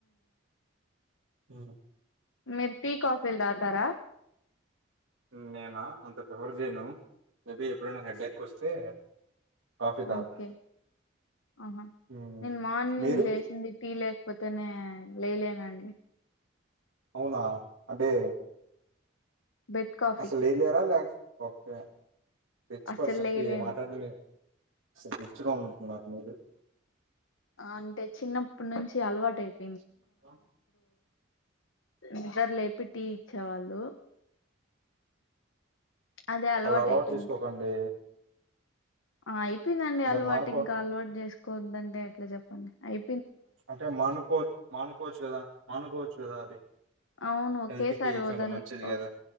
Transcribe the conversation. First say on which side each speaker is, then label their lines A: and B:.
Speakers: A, on the right; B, on the left.
A: ఊ
B: మీరు టీ కాఫీలు తాగుతారా
A: నేనా అంత ప్రిఫర్ చేయను మే బి ఎప్పుడైనా హెడ్డెక్ వస్తే కాఫీ తాగు
B: ఓకే ఆహా
A: మ్మ్
B: నేను మార్నింగ్
A: మీరు
B: లేసింది టీ లేకపోతేనే లేలేనండి
A: అవునా అంటే
B: బెడ్ కాఫీ
A: అసలు లేయ లే రా లే ఓకే రిచ్
B: అస్సలు
A: పర్సన్
B: లేయలేను
A: కి ఈ మాటలని అసలు రిచ్ గా ఉన్నట్టుగా ఉన్నారు మీరు
B: అంటే చిన్నప్పటి నుంచి అలవాటై పో
A: <unintelligible> ఆ
B: నిద్ర లేపి టీ ఇచ్చేవాళ్ళు అదే
A: అలా అలవాటు
B: అయిపోయింది
A: చేసుకోకండి
B: అయిపోయిందండి అలవాటు
A: దాన్ని మానుకో
B: ఇంకా అలవాటు చేసుకోవద్దంటే అట్లా చెప్పండి అయి
A: అంటే మానుకో మానుకోవచ్చు కదా మానుకోవచ్చు కదా అది
B: అవును ఒకే
A: హెల్త్
B: సారి
A: కి చాలా
B: వదల్
A: మంచిది
B: ఓ
A: కదా